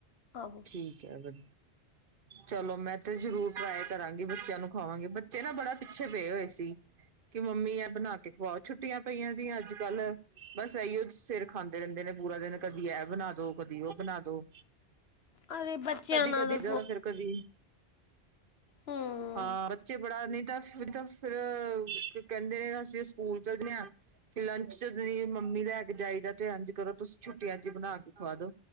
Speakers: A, on the left; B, on the right.
A: ਆਹੋ
B: ਠੀਕ ਐ ਗੱਲ। ਚਲੋ ਮੈਂ ਤੇ ਜ਼ਰੂਰ ਟਰਾਏ ਕਰਾਂਗੀ, ਬੱਚਿਆਂ ਨੂੰ ਖਵਾਵਾਗੀ, ਬੱਚੇ ਨਾ ਬੜਾ ਪਿੱਛੇ ਪਏ ਹੋਏ ਸੀ। ਕਿ ਮੰਮੀ ਏ ਬਣਾ ਕੇ ਖਵਾਓ ਛੁੱਟੀਆਂ ਪਈਆਂ ਜੀ ਅੱਜ-ਕੱਲ। ਬਸ ਇਹੀਓ ਸਿਰ ਖਾਂਦੇ ਰਹਿੰਦੇ ਨੇ ਪੂਰਾ ਦਿਨ ਕਦੀ ਏਹ ਬਣਾ ਦੋ, ਕਦੀ ਓ ਬਣਾ ਦੋ।
A: ਅਰੇ ਬੱਚਿਆਂ
B: ਕਦੀ-ਕਦੀ
A: ਨਾਲ
B: ਜਾਣਾ ਫਿਰ ਕਦੀ।
A: ਹੂੰ
B: ਹਾਂ, ਬੱਚੇ ਬੜਾ ਨਈਂ ਤਾਂ-ਨਈਂ ਤਾਂ, ਫੇਰ ਕਹਿੰਦੇ ਨੇ ਨਾ ਅਸੀਂ ਸਕੂਲ ਚਲੇ ਆ। ਫੇਰ ਲੰਚ ਚ ਜਾਈਏ, ਮੰਮੀ ਲੈ ਕੇ ਜਾਈਦਾ, ਤੇ ਇੰਝ ਕਰੋ, ਤੁਸੀਂ ਛੁੱਟੀਆਂ ਚ, ਬਣਾ ਕੇ ਖਵਾ ਦੋ।